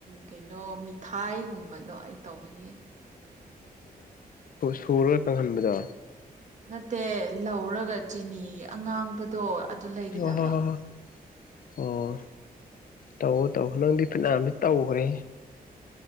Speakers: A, on the right (about 50°); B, on the left (about 65°).
A: ꯀꯩꯅꯣ ꯃꯤꯊꯥꯏꯒꯨꯝꯕꯗꯣ ꯑꯩ ꯇꯧꯕꯤꯌꯦ
B: ꯁꯨꯔꯒ ꯀꯪꯍꯟꯕꯗꯣ
A: ꯅꯠꯇꯦ ꯂꯧꯔꯒ ꯆꯤꯅꯤ ꯑꯉꯥꯡꯕꯗꯣ ꯑꯗꯨ ꯂꯩꯒꯗꯕ
B: ꯑꯣ ꯍꯣ ꯍ ꯍ ꯑꯣ ꯇꯧꯎ ꯇꯧ ꯅꯪꯗꯤ ꯐꯅꯝꯁ ꯇꯧꯈ꯭ꯔꯦ